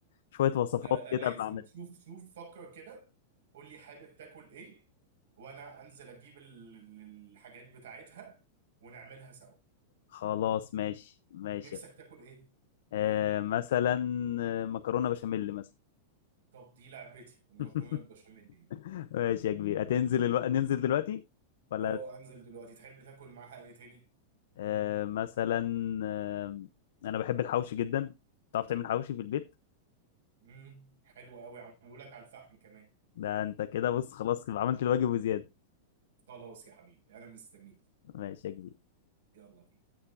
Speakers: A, on the left; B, on the right.
A: شويه وصفات
B: ده ده
A: كده
B: لازم
A: بعمل
B: شوف شوف فكر كده قول لي حابب تاكل ايه وانا انزل اجيب ال- ال- الحاجات بتاعتها ونعملها سوا
A: خلاص ماشي ماشي
B: نفسك تاكل ايه؟
A: آه مثلا آه، مكرونه بشاميل مثلا
B: طب دي لعبتي المكرونة
A: <laughs>
B: البشاميل دي
A: ماشي يا كبير هتنزل الو... ننزل دلوقتي ولا
B: اه انزل دلوقتي تحب تاكل معاها ايه تاني
A: آه، مثلا آه، انا بحب الحوشي جدا تعرف تعمل حوشي في البيت
B: امم حلو قوي عملوا لك على الفحم كمان
A: ده انت كده بص خلاص يبقى عملت الواجب وزياده
B: خلاص يا حبيبي انا مستنيك
A: ماشي يا كبير
B: يلا بينا